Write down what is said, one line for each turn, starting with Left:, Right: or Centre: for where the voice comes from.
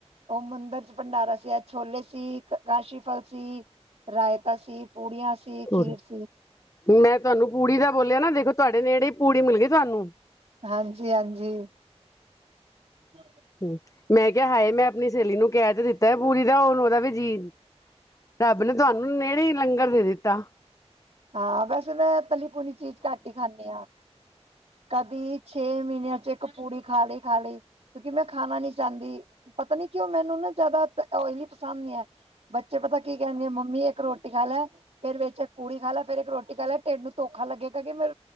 Right: ਉਹ ਮੰਦਿਰ ਚ ਭੰਡਾਰਾਂ ਸੀ। ਛੋਲੇ ਸੀ, ਕਾਂਸ਼ੀ ਫ਼ਲ ਸੀ। ਰਾਇਤਾ ਸੀਂ, ਪੂੜੀਆਂ ਸੀਂ,
Left: ਸੋਰੀ
Right: ਖੀਰ ਸੀਂ।
Left: ਮੈਂ ਤੁਹਾਂਨੂੰ ਪੂੜੀ ਦਾ ਬੋਲਿਆਂ ਨਾ, ਦੇਖੋਂ ਤੁਹਾਡੇ ਨੇੜੇ ਹੀ ਪੂੜੀ ਮਿਲ਼ ਗਈਂ ਤੁਹਾਂਨੂੰ।
Right: ਹਾਂਜੀ-ਹਾਂਜੀ। <inaudible>
Left: ਹੂੰ ਮੈਂ ਕਿਹਾਂ ਹਾਏ ਮੈਂ ਆਪਣੀਂ ਸਹੇਲੀ ਨੂੰ ਕਹਿ ਤੇ ਦਿੱਤਾਂ ਪੂੜੀ ਦਾ ਹਣ ਉਹਦਾ ਵੀ ਜੀਅ ਰੱਬ ਨੇਂ ਤੁਹਾਂਨੂੰ ਨੇੜੇ ਹੀ ਲੰਗਰ ਦੇ ਦਿੱਤਾਂ।
Right: ਹਾਂ ਵੈਸੇ ਮੈਂ ਤਲੀ- ਤੂਲੀ ਚੀਜ਼ ਘੱਟ ਹੀ ਖਾਂਦੀ ਹਾ। ਕਦੀਂ ਛੇ ਮਹੀਨਿਆਂ ਚ ਇੱਕ ਪੂੜੀ ਖਾਂ ਲਈ- ਖਾਂ ਲਈ। ਕਿਉਂਕਿ ਮੈਂ ਖਾਣਾਂ ਨੀਂ ਚਾਹੁੰਦੀ। ਪਤਾਂ ਨੀਂ ਕਿਉਂ ਮੈਂਨੂੰ ਨਾ ਜ਼ਿਆਦਾ ਓਇਲੀ ਪਸੰਦ ਨੀਂ ਐਂ। ਬੱਚੇ ਪਤਾਂ ਕੀ ਕਹਿਣਗੇ। ਮੰਮੀ ਇੱਕ ਰੋਟੀ ਖਾ ਲੈ ਫੇਰ ਵਿੱਚ ਇੱਕ ਪੂੜੀ, ਖਾ ਲਾ ਫੇਰ ਇੱਕ ਰੋਟੀ ਖਾ ਲੈ। ਟਿਡ ਨੂੰ ਧੋਖਾਂ ਲੱਗੇਗਾ ਕੀ ਮੈਂ